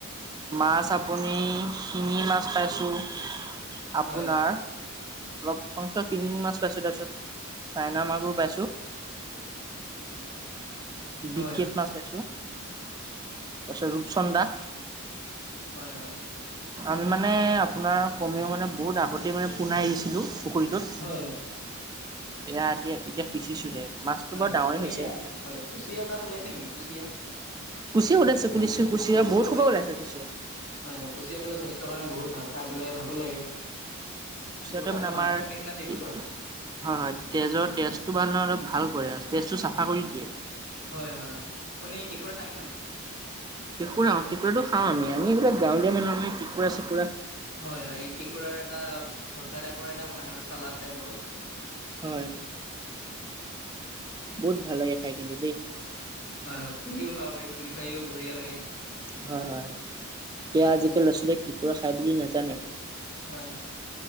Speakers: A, on the right; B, on the left.
A: মাছ আপুনি শিঙি মাছ পাইছোঁ আপোনাৰ
B: হয় হয়
A: অলপ সংখ্য কিনি মাছ পাইছোঁ তাৰপিছত চাইনা মগুৰ পাইছোঁ
B: হয়
A: বিকেট
B: হয়
A: মাছ পাইছো তাৰপিছত ৰূপচন্দা <inaudible>
B: হয় হয়
A: আমি মানে আপোনাৰ কমেও মানে বহুত আগতেই মানে পোনাই আহিছিলোঁ পুখুৰীটোত
B: হয় হয়
A: এয়া এতিয়া এতিয়া পিচিছোহে মাছটো
B: হয়
A: বৰ
B: হয়
A: ডাঙৰে
B: আপুনি
A: হৈছে
B: আহ,
A: <inaudible>
B: হয় কুচিয়া তাত ওলাইছে নেকি কুচিয়া?
A: কুচিয়া ওলাইছে কুছোঁ কুচিয়া বহুত
B: হয়
A: খুবৰ
B: হয়
A: ওলাইছে কুচিয়া <inaudible>
B: হয় হয়, কুচিয়াটো স্বাস্থ্যৰ কাৰণে বহুত ভাল খাই পেলাই ভালো লাগে
A: উুচিয়তে
B: এইটো খাই
A: মানে
B: পেলাই
A: আমাৰ
B: মাংসৰ নিচিনা টেষ্টটো
A: হয়
B: আহে।
A: হয় তেজৰ তেজ জালে অলপ ভাল কৰে আৰু তেজটো চাফা কৰি দিয়ে
B: হয় হয় হয় আপুনি কেকোৰে খায়নে নাখায়
A: কেুকুৰাঁুটো খও আমি আম এইিলাক গাঁৱৰীয়া মানুহ আমিুকুৰা চ
B: হয় হয় কেঁকোৰাৰ এটা ভৰ্তা টাইপৰ এটা বনাই আৰু চালড টাইপৰ
A: হয় বহুত ভাল লাগে খাই কিন্তু দেই
B: হয় হয় পুৰিও খাব পাৰি পুৰি খায়ও বঢ়িয়া লাগে
A: হয়-হয়-হয় সেয়া আজিকালি ল'ৰা-ছোৱালীয়ে কেকোঁৰা খায় বুলি নাজানে।
B: হয়-হয়-হয়।